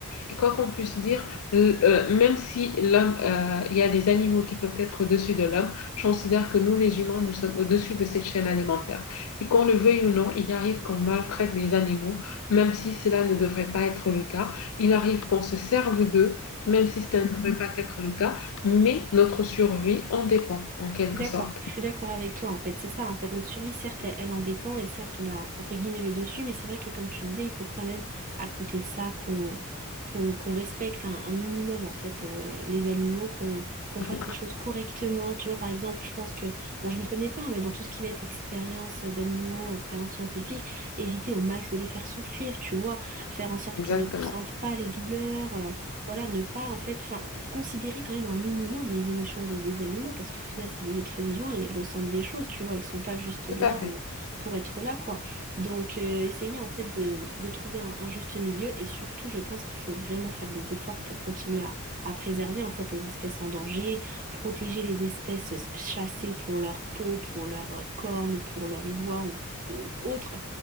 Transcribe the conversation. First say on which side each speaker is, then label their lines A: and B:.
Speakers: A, on the left; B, on the right.
A: et quoi qu'on puisse dire, euh, euh, même si l'homme, euh, il y a des animaux qui peuvent être au-dessus de l'homme, je considère que nous, les humains, nous sommes au-dessus de cette chaîne alimentaire. Et qu'on le veuille ou non, il arrive qu'on maltraite les animaux, même si cela ne devrait pas être le cas. Il arrive qu'on se serve d'eux, même si cela ne devrait pas être le cas. Mais notre survie en dépend, en quelque
B: Je suis D'accord,
A: sorte.
B: je suis d'accord avec toi en fait, c'est ça en fait, notre survie certes elle, elle en dépend et certes on a entre guillemets le dessus mais c'est vrai que comme tu disais il faut quand même à côté de ça qu'on qu'on qu'on respecte un, un minimum en fait euh, les animaux, qu'on qu'on
A: Mhm.
B: fasse les choses correctement, tu vois par exemple je pense que, bon je m'y connais pas mais dans tout ce qui va être expérience d'animaux, expérience scientifique, éviter au max de les faire souffrir tu vois, faire en sorte
A: Exactement.
B: qu'ils ne ressentent pas les douleurs, euh, voilà, ne pas en fait, enfin, considérer quand même un minimum les émotions des, des animaux, parce qu'au final, c'est des êtres vivants et ils ressentent des choses, tu vois, ils sont pas juste
A: Tout
B: là
A: à fait.
B: euh, pour être là, quoi. Donc, euh, essayer en fait de, de trouver un, un juste milieu et surtout, je pense qu'il faut vraiment faire des efforts pour continuer à, à préserver en fait les espèces en danger, protéger les espèces chassées pour leur peau, pour leurs euh, cornes, pour leur ivoire ou, ou autre.